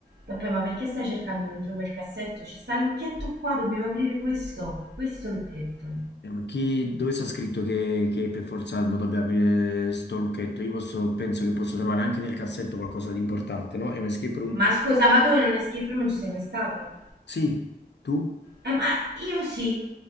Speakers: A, on the right; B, on the left.
A: Vabbè, ma perché stai cercando dentro quel cassetto? Ci sta il lucchetto qua, dobbiamo aprire questo. Questo lucchetto.
B: Eh, ma chi- dove sta scritto che, che per forza Almo dobbiamo aprire sto lucchetto? Io posso- penso che posso trovare anche nel cassetto qualcosa di importante, no? È un escape room?
A: Ma scusa, ma tu in un escape room non ci sei mai stato?
B: Sì, tu?
A: Eh, ma io sì.